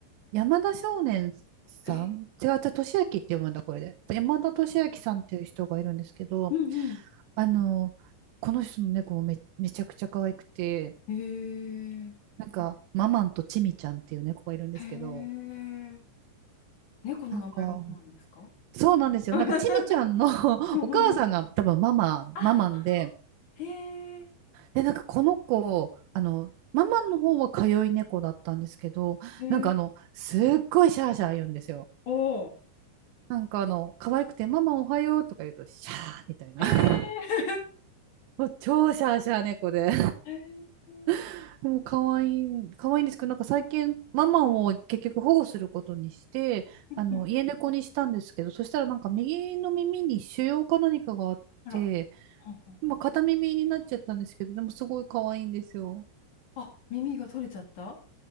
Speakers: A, on the right; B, on the left.
A: 山田少年さん、
B: え、
A: 違う違う、俊明って読むんだ、これで。山田俊明さんっていう人がいるんですけど、
B: うん
A: あの、この人の猫もめ、めちゃくちゃ可愛くて、
B: うん。へえ。
A: なんか、ママンとチミちゃんっていう猫がいるんですけど、
B: へえ。猫の名前がママンですか
A: なんか、そうなんですよ。
B: <laughs>
A: なんか、チミちゃんの <laughs>
B: うんうんうん。
A: お母さんが多分ママ、
B: ああ、
A: ママンで、
B: へえ。
A: え、なんかこの子、あの、ママの方は通い猫だったんですけど、
B: へえ。
A: なんかあの、すっごいシャーシャー言うんですよ。
B: おお。
A: なんかあの、可愛くて、ママおはようとか言うと、シャーみたいな。
B: へえ。
A: <laughs> 超シャーシャー猫で。
B: <laughs> へえう
A: <laughs> でも可愛い、可愛いんですけど、なんか最近、ママを結局保護することにして、
B: んうん
A: あの、家猫にしたんですけど、そしたらなんか右の耳に腫瘍か何かがあって、
B: あら。うんうん
A: 今片耳になっちゃったんですけど、でもすごい可愛いんですよ。
B: あ、耳が取れちゃった